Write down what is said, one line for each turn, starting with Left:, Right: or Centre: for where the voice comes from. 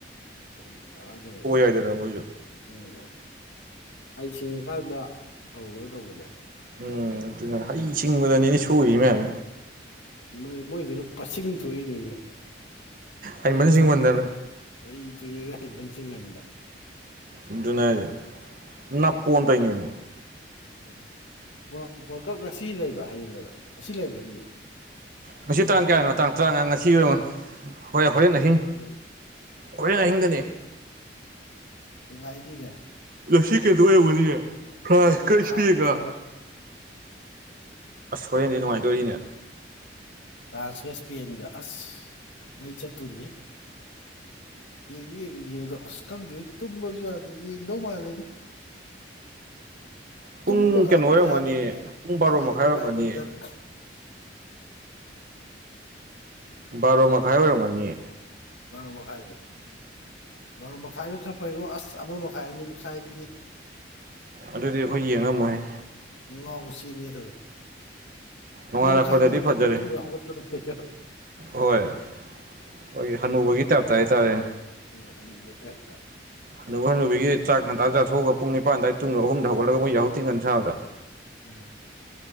Left: ꯑ ꯀꯥꯟꯅꯗꯕ
Right: ꯌꯥꯏꯗꯅ ꯃꯣꯏꯁꯨ
Left: ꯎꯝ ꯍꯩ ꯁꯤꯡꯉꯤꯀꯥꯟꯗ ꯇꯧꯕꯅ ꯇꯧꯕꯅꯦ
Right: ꯎꯝ ꯑꯗꯨꯅꯦ ꯍꯩ ꯍꯩꯁꯤꯡꯕꯗꯅꯤꯅꯦ ꯁꯣꯏꯔꯤ ꯃꯌꯥꯝ
Left: ꯅꯣꯏ ꯃꯣꯏꯗꯨꯅ ꯄꯁꯤꯡ ꯊꯣꯛꯏꯅꯤꯅꯦ
Right: ꯍꯩꯃꯟ
Left: ꯍꯩꯇ꯭ꯔꯤꯉꯩꯗ
Right: ꯁꯤꯡꯃꯟꯗꯅ
Left: ꯍꯩꯇ꯭ꯔꯤꯉꯩꯗ ꯍꯩꯃꯟ ꯁꯤꯡꯃꯟꯕ
Right: ꯑꯗꯨꯅꯦ ꯍꯥꯢꯖꯦ ꯅꯥꯞꯄꯣꯅ ꯇꯧꯏꯅꯦꯃꯤ
Left: ꯑꯗꯨ ꯋꯥꯔꯜ ꯋꯥꯔꯜꯗ ꯀꯞ ꯉꯁꯤ ꯂꯩꯕ꯭ꯔꯥ ꯍꯌꯦꯡ ꯂꯩꯕ꯭ꯔꯥ ꯉꯁꯤ ꯂꯩꯔꯝꯒꯅꯤꯌꯦ
Right: ꯉꯁꯤ ꯇꯥꯡ ꯀꯌꯥꯅꯣ ꯇꯥꯡ ꯇ꯭ꯔꯥꯉꯥ ꯉꯁꯤ ꯑꫭꯏꯔꯝꯃꫭꯏ ꯍꯣꯏ
Left: ꯉꯁꯤ
Right: ꯍꯣꯔꯦꯟ
Left: ꯇꯥꯡ
Right: ꯑꯍꯤꯡ
Left: ꯇꯔꯥꯃꯔꯤ
Right: ꯍꯣꯔꯦꯟ ꯑꯍꯤꯡꯗꯅꯦ
Left: ꯅꯨꯡꯉꯥꯢꯅꯤꯅꯦ
Right: ꯉꯁꯤ ꯀꯩꯅꯣ ꯑꯣꯏꯔꯝꯒꯅꯤꯌꯦ ꯐ꯭ꯔꯥꯟꯁꯀ
Left: ꯕꯥꯔꯣ ꯃꯈꯥꯏ
Right: ꯏꯁ꯭ꯄꯦꯟꯒ
Left: ꯍꯣꯔꯦꯟ
Right: ꯑꯁ ꯍꯣꯔꯦꯟꯗꯤ ꯅꯨꯡꯉꯥꯏꯗꯣꯔꯤꯅꯦ
Left: ꯐ꯭ꯔꯥꯟꯁꯀ ꯏꯁ꯭ꯄꯦꯟꯒ ꯑꯁ ꯃꯩ ꯆꯠꯇꯣꯔꯤꯌꯦ ꯌꯦꯡꯗꯤ ꯌꯦꯡꯅꯤꯡꯉꯦ ꯑꯗꯣ ꯑꯁ ꯈꯪꯗꯦ ꯇꯨꯝꯕꯁꯨ ꯌꯥꯗꯦ ꯌꯦꯡꯗꯧ ꯃꯥꯜꯂꯦꯗ ꯇꯨꯝꯕꯒ
Right: ꯄꯨꯡ ꯀꯩꯅꯣ
Left: ꯑꯝ
Right: ꯑꯣꯏꯔꯝꯒꯅꯤ
Left: ꯌꯥꯗꯕꯤꯅꯦ
Right: ꯄꯨꯡ
Left: ꯏꯁꯥꯖꯦ
Right: ꯃꯈꯥꯏ
Left: ꯅꯨꯉꯥꯢꯃꯥꯟꯗꯅ
Right: ꯑꯣꯏꯔꯝꯒꯅꯤ ꯕꯥꯔꯣ ꯃꯈꯥꯏ ꯑꯣꯏꯔꯝꯒꯅꯤꯌꯦ
Left: ꯕꯥꯔꯣ ꯃꯈꯥꯏꯅꯦ ꯕꯥꯔꯣ ꯃꯈꯥꯏꯅ ꯈꯔ ꯐꯩꯉꯣ ꯑꯁ ꯑꯃ ꯃꯈꯥꯏ ꯑꯅꯤ ꯃꯈꯥꯏꯗꯨꯗꯤ
Right: ꯑꯗꯨꯗꯤ ꯑꯩꯈꯣꯏ ꯌꯦꯡꯉꯝꯃꯣꯏꯍꯦ
Left: ꯉꯥꯎꯔ ꯆꯦꯟꯒꯦ ꯇꯧꯋꯦ
Right: ꯅꯣꯡꯉꯥꯜꯂꯛꯄꯗꯗꯤ
Left: ꯑꯅꯤ ꯃꯈꯥꯏꯗꯨꯗꯤ
Right: ꯐꯖꯔꯦ
Left: ꯉꯥꯟꯅ ꯇꯨꯝꯒ꯭ꯔꯥ ꯍꯧꯒꯠꯄꯅ ꯐꯩ
Right: ꯍꯣꯏ ꯑꯩꯈꯣꯏꯒꯤ ꯍꯅꯨꯕꯒꯤ ꯇꯥꯏꯞꯇ ꯍꯥꯏꯇꯥꯔꯦꯅꯦ
Left: ꯑꯥ ꯍꯅꯨꯕꯩ ꯇꯥꯏꯞꯇꯥ
Right: ꯍꯅꯨꯕꯥ ꯍꯅꯨꯕꯤꯒꯤ ꯆꯥꯛ ꯉꯥꯟꯇ ꯆꯥꯊꯣꯛꯑꯒ ꯄꯨꯡꯅꯤꯄꯥꯟ ꯑꯗꯥꯏ ꯇꯨꯝꯒ꯭ꯔꯥ ꯑꯍꯨꯝꯗꯥ ꯍꯧꯒꯥꯠꯂꯒ ꯃꯣꯏ ꯌꯥꯍꯧ ꯊꯤꯉꯥꯟꯕ ꯁꯥꯕꯗꯣ
Left: ꯑꯥ